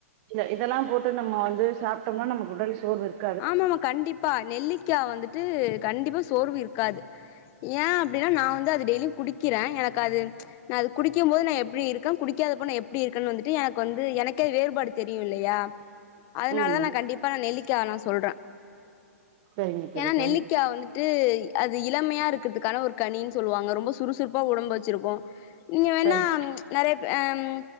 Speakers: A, on the right (about 40°); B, on the left (about 35°).
A: இல்ல இதெல்லா போட்டு நம்ம வந்து சாப்பிட்டோம்னா நமக்கு உடல் சோர்வு இருக்
B: ஆமா ஆாம கண்டிப்பா நெல்லிக்கா வந்துட்டு கண்டிப்பா சோர்வு இருக்காது ஏ அப்டின்னா நா வந்து அது டெய்லி குடிக்கிறே எனக் க்காது ம்ச் நா அது குடிக்கும் போது நா எப்படி இருக்க குடிக்காதப்போ நா எப்படி இருக்குன்னு வந்துட்டு எனக்கு வந்து எனக் கே வேறுபாடு தெரியு இல்லையா அதனாலதா
A: ம்
B: நா
A: ம்
B: கண்டிப்பா நா நெல்லிக்கா நா சொல்றே
A: சரிங்க தோழி
B: ஏன்னா
A: சரிங்க
B: நெல்லிக்கா வந்துட் ட்டு அது இளமையா இருக்கிறதுக்கான ஒரு கனின்னு சொல்லுவாங்க ரொம்ப சுறுசுறுப்பா உடம்பு வச்சிருக்கு நீங்க வேணா
A: தோழி, சரி
B: ம்ச் நெறையப் அம்